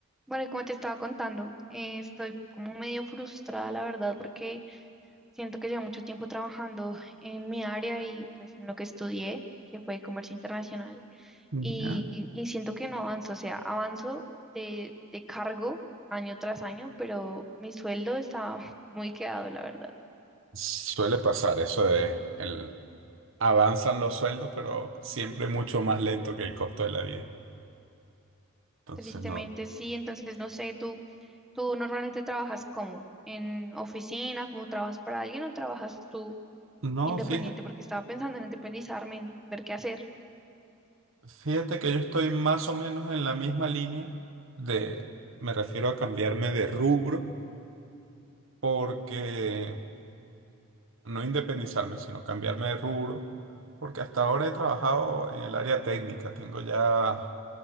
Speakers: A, in the centre; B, on the right.
A: Bueno, y como te estaba contando, eh, estoy como medio frustrada, la verdad, porque siento que llevo mucho tiempo trabajando en mi área y pues en lo que estudié, que fue comercio internacional,
B: Ya.
A: y, y siento que no avanzo, o sea, avanzo de, de cargo año tras año, pero mi sueldo está <laughs> muy quedado, la verdad.
B: Suele pasar eso de el, avanzan los sueldos, pero siempre mucho más lento que el costo de la vida. Entonces
A: Tristemente
B: no.
A: sí, entonces no sé, tú, tú normalmente trabajas como en oficina, como trabajas para alguien o trabajas tú
B: No,
A: independiente,
B: fíjate,
A: porque estaba pensando en independizarme, en ver qué hacer.
B: fíjate que yo estoy más o menos en la misma línea de, me refiero a cambiarme de rubro, porque no independizarme, sino cambiarme de rubro, porque hasta ahora he trabajado en el área técnica, tengo ya